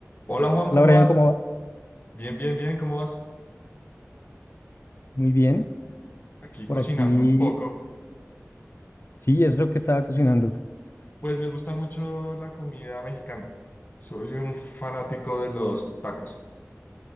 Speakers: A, on the left; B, on the left.
A: Hola Juan,
B: Hola,
A: ¿cómo
B: Brian,
A: vas?
B: ¿cómo va?
A: Bien, bien, bien, ¿cómo vas?
B: Muy bien.
A: Aquí
B: Por
A: cocinando
B: aquí,
A: un poco.
B: sí, es lo que estaba cocinando.
A: Pues me gusta mucho la comida mexicana. Soy un fanático de los tacos.